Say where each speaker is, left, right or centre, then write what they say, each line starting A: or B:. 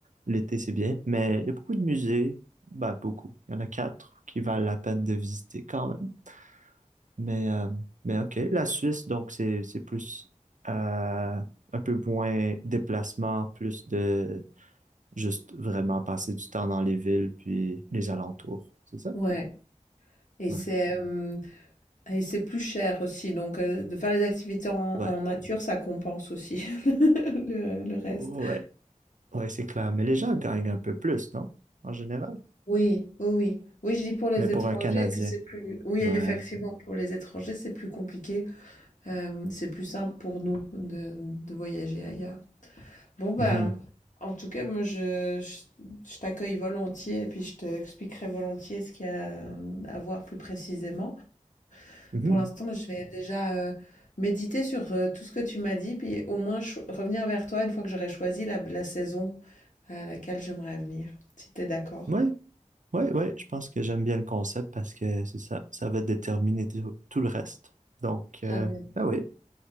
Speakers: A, on the right; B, on the left.
A: l'été, c'est bien. Mais il y a beaucoup de musées. Ben, beaucoup. Il y en a quatre qui valent la peine de visiter quand même. Mais, euh, mais OK. La Suisse, donc, c'est, c'est plus, euh, un peu moins déplacement, plus de Juste vraiment passer du temps dans les villes puis les alentours. C'est ça?
B: ouais. Et
A: Ouais.
B: c'est euh, et c'est plus cher aussi. Donc, euh, de faire les activités en, en
A: Ouais.
B: nature, ça compense aussi <laughs> le, le reste.
A: Ouais. Ouais, c'est clair. Mais les gens gagnent un peu plus, non? En général.
B: Oui, oui, oui. Oui, je dis pour les
A: Mais pour
B: étrangers
A: un Canadien.
B: que c'est plus... Oui,
A: Ouais.
B: effectivement, pour les étrangers, c'est plus compliqué. Euh, c'est plus simple pour nous de, de voyager ailleurs. Bon, ben,
A: Mhm.
B: en tout cas, moi, je, je, je t'accueille volontiers et puis je t'expliquerai volontiers ce qu'il y a euh, à voir plus précisément.
A: Mhm.
B: Pour l'instant, moi, je vais déjà euh, méditer sur euh, tout ce que tu m'as dit, puis au moins cho- revenir vers toi une fois que j'aurai choisi la, la saison à laquelle j'aimerais venir, si tu es d'accord.
A: Ouais. Ouais, ouais. Je pense que j'aime bien le concept parce que c'est ça. Ça va déterminer tout tout le reste. Donc, euh,
B: À bientôt.
A: ben oui.